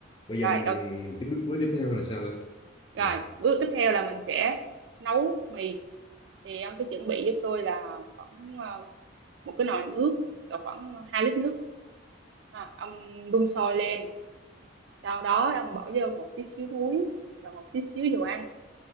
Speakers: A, on the left (about 25°); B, on the right (about 65°).
A: bây
B: rồi
A: giờ mình
B: đầu
A: tiếp bước tiếp theo là sao thôi
B: rồi
A: Ừ.
B: bước tiếp theo là mình sẽ nấu mì thì ông sẽ chuẩn bị giúp tôi là khoảng ờ, một cái nồi nước cỡ khoảng 2 lít nước à, ông đun sôi lên sau đó ông bỏ vô một tí xíu muối và một tí xíu dầu ăn